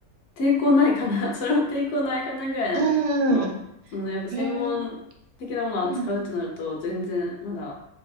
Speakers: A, on the left; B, on the right.
A: 抵抗ないかな、<laughs> それも抵抗ないかなぐらいなんですけど、
B: うんうん。
A: そのやっぱ専門的なものを扱うってなると、
B: えーうんうん
A: 全然まだ